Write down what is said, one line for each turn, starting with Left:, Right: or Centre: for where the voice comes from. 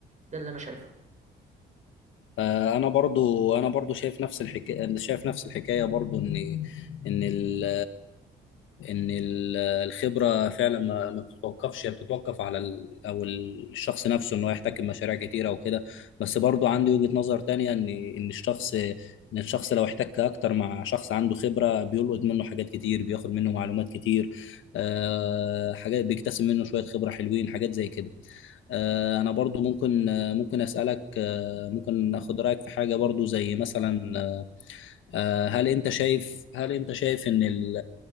Right: ده اللي انا شايفه
Left: آه، انا برضو انا برضو شايف نفس الحكايه انا شايف نفس الحكايه برضو ان ان ال ان ال- الخبره فعلا ما ما بتتوقفش هي بتتوقف على ال او ال- الشخص نفسه ان هو يحتكم مشاريع كتيره وكده بس برضو عندي وجهه نظر تانية ان ان الشخص ان الشخص لو احتك اكتر مع شخص عنده خبره بيلقط منه حاجات كتير بياخد منه معلومات كتير آه، حاجات بيكتسب منه شويه خبره حلوين حاجات زي كده آه، انا برضو ممكن آه، ممكن اسالك آه، ممكن اخد رايك في حاجه برضو زي مثلا آه، هل انت شايف هل انت شايف ان ال